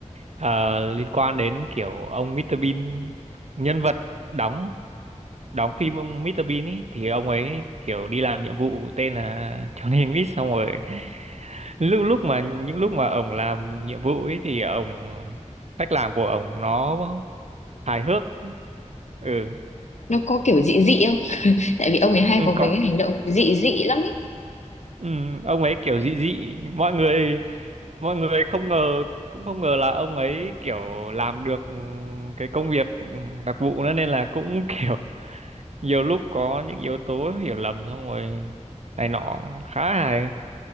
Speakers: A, on the right (about 60°); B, on the left (about 65°).
A: ờ, liên quan đến kiểu ông Mr. Bean nhân vật đóng đóng phim ông Mr. Bean ấy thì ông ấy kiểu đi làm nhiệm vụ tên là Johnny English xong rồi lúc lúc mà những lúc mà ông làm nhiệm vụ ấy thì ông cách làm của ông nó hài hước ừ,
B: Nó có kiểu dị dị không? <laughs> Tại vì ông ấy hay
A: ừ
B: có mấy
A: có
B: cái hành động dị dị lắm ấy.
A: ừ, ông ấy kiểu dị dị mọi người mọi người không ngờ cũng không ngờ là ông ấy kiểu làm được cái công việc đặc vụ nữa nên là cũng kiểu nhiều lúc có những yếu tố hiểu lầm xong rồi này nọ khá hài